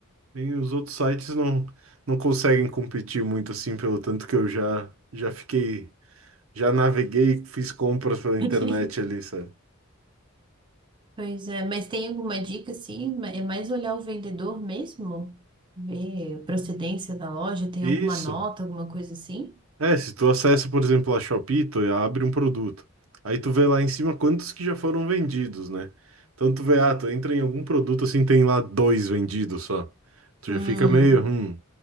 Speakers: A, on the right; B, on the right.
A: bem os outros sites não não conseguem competir muito assim, pelo tanto que eu já já fiquei já naveguei, fiz compras pela internet
B: <laughs>
A: ali, sabe?
B: Pois é, mas tem alguma dica assim? Ma- É mais olhar o vendedor mesmo? Ver a procedência da loja, tem
A: Isso.
B: alguma nota, alguma coisa assim?
A: É, se tu acessa, por exemplo, a Shopee, tu abre um produto. Aí tu vê lá em cima quantos que já foram vendidos, né? Então tu vê, ah, tu entra em algum produto assim, tem lá dois vendidos só. Tu
B: Hum,
A: já fica meio, hum.